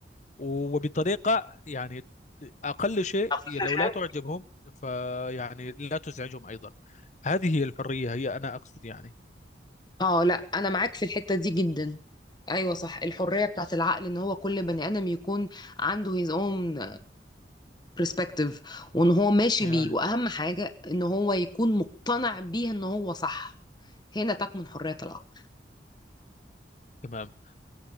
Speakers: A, on the left; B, on the left.
A: وبطريقة يعني أقل شيء
B: تخصيص
A: لو
B: الشيء؟
A: لا تعجبهم فيعني لا تزعجهم أيضا هذه هي الحرية هي أنا أقصد يعني
B: اه لا انا معاك في الحته دي جدا ايوه صح الحريه بتاعت العقل ان هو كل بني ادم يكون عنده his own perspective وان هو ماشي
A: يا
B: بيه واهم حاجه ان هو يكون مقتنع بيه ان هو صح هنا تكمن حريه العقل
A: تمام